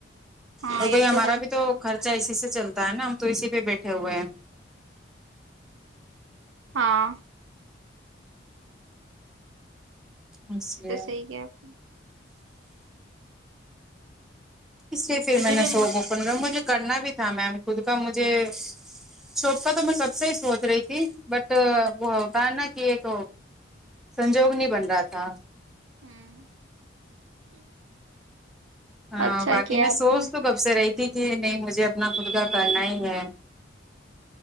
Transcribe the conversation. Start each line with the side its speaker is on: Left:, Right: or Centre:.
Right: ہاں
Centre: اور بھائی
Right: یہ
Centre: ہمارا
Right: ہے
Centre: بھی تو خرچہ اسی سے چلتا ہے نا ہم تو اسی پہ بیٹھے ہوئے ہیں
Right: ہاں
Centre: اسچ
Right: یہ
Centre: لیے
Right: تو صحیح کیا آپ
Centre: اس لیے پھر
Right: مجھے
Centre: میں
Right: بھی
Centre: نے سو کووپن مجھے کرنا بھی تھا میم خود کا مجھے چھوپکا تو میں سب سے ہی سوچ رہی تھی بٹ وہ ہوتا ہے نا کہ ایک سنجوگ نہیں بن رہا تھا
Right: ہوں
Centre: ہاں
Right: اچھا
Centre: باقی
Right: کیا
Centre: میں
Right: آپ
Centre: سوچ
Right: نے
Centre: تو گپ سے رہی تھی کہ نہیں مجھے اپنا خود کا کرنا ہی ہے